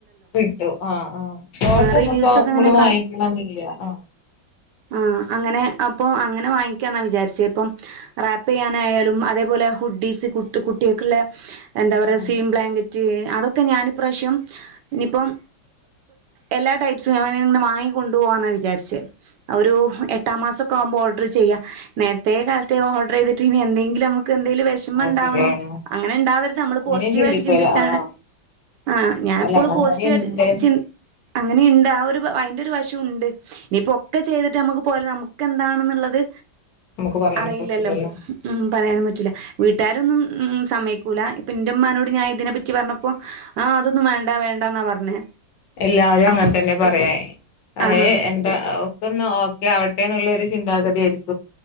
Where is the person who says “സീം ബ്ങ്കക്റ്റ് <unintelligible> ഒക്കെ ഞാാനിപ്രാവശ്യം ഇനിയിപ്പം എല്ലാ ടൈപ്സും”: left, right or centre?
Right